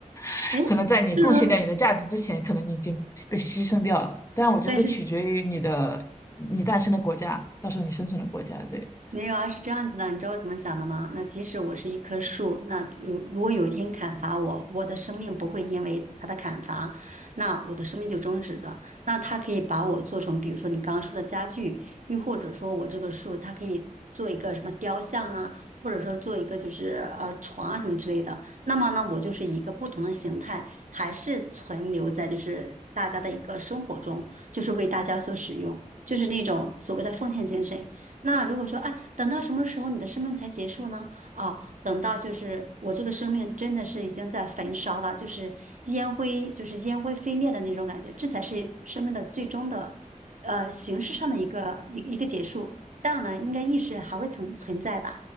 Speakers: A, on the left (about 20°); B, on the right (about 65°).
A: <laughs>
B: 哎，
A: 可能在你奉献掉你的价值之前，
B: 就是
A: 可能你已经被牺牲掉了。但我觉得取决于你的你诞生的国家，
B: 但是
A: 到时候你生存的国家，对。
B: 没有啊，是这样子的，你知道我怎么想的吗？那即使我是一棵树，那如如果有一天砍伐我，我的生命不会因为它的砍伐，那我的生命就终止的。那它可以把我做成，比如说你刚刚说的家具，又或者说我这个树，它可以做一个什么雕像啊，或者说做一个就是呃床啊什么之类的。那么呢，我就是一个不同的形态，还是存留在就是大家的一个生活中，就是为大家所使用，就是那种所谓的奉献精神。那如果说，哎，等到什么时候你的生命才结束呢？哦，等到就是我这个生命真的是已经在焚烧了，就是烟灰，就是烟灰飞灭的那种感觉，这才是生命的最终的，呃，形式上的一个一个一个结束。当然了，应该意识还会存存在吧，